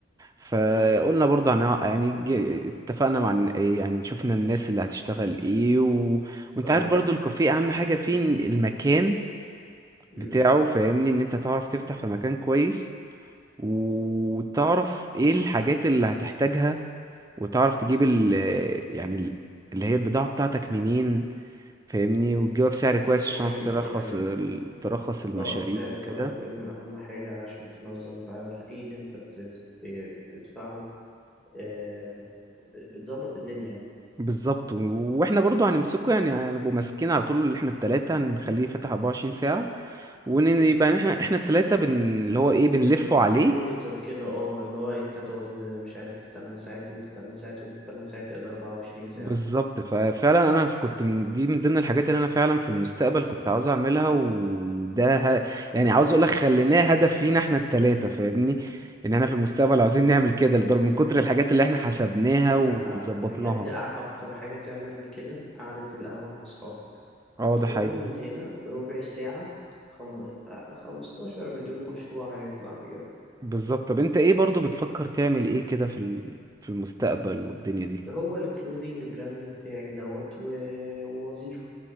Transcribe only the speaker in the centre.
مم.
اه
مم.
دي حقيقة
دي حقيقة
اه السعر
دوت لازم أهم حاجة عشان تنظم بقى ايه اللي انت بت... بت- بتدفعه آه، ب- بتظبط الدنيا يعني
مم.
بنمونيتور كده اه اللي هو انت تقعد آه، مش عارف 8 ساعات وانت 8 ساعات وانت 8 ساعات تقدر 24 ساعة
مم،
مم.
ما
بجد أ- اكتر حاجة تعمل كده قعدة القهوة مع اصحابك
تقعدوا
من هنا ربع ساعة خم... آه، 15 مليون مشروع هيطلع بجد
هو الكلوزنج براند بتاعي دوت و- ووظيفة